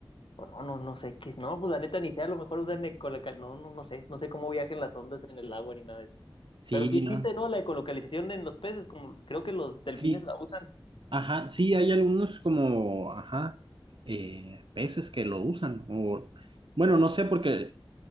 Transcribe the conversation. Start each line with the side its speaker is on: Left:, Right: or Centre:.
Left: o no, no, no sé qué. No, pues la neta ni sé, a lo mejor usan ecolocal. No, no, no sé. No sé cómo viajan las ondas en el agua ni nada de eso.
Right: Sí,
Left: Pero sí existe,
Right: no,
Left: ¿no? La ecolocalización en los peces, como creo que los delfines
Right: sí,
Left: la usan.
Right: ajá, sí, hay algunos como, ajá, eh, peces que lo usan. O, bueno, no sé, porque